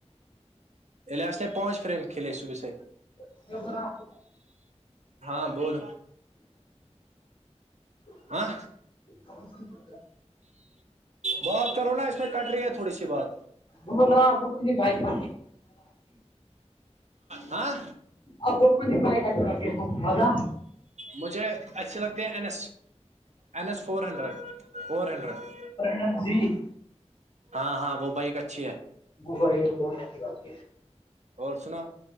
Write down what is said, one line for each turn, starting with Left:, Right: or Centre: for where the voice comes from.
Right: الا سے پانچ فریم کھلے صبے سے
Left: رکھتی
Right: ہاں بول
Left: <inaudible>
Right: ہاں بات کرو نا اس میں کٹ رہی ہے تھوڑی سی بات
Left: بول رہا ہ گکل جی بھائی ب
Right: ہاں
Left: ا تو کو بیک بدا
Right: مجھے اچھی لگتے ہیں N S N S four hundred four hundred
Left: ن جضی
Right: ہاں ہاں وہ بائک اچھی ہے
Left: وہ بہت اچھی بات
Right: اور سنو